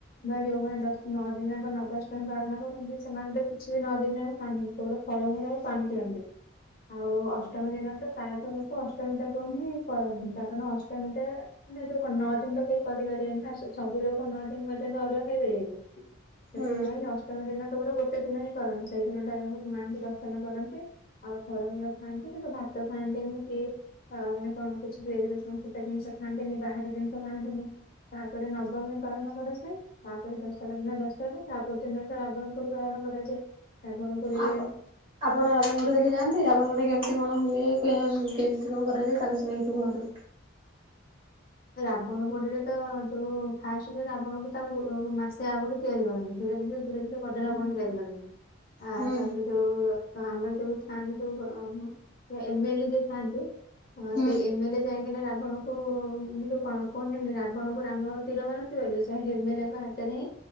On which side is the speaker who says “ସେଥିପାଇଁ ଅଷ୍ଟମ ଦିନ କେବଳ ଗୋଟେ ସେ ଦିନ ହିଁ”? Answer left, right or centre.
Left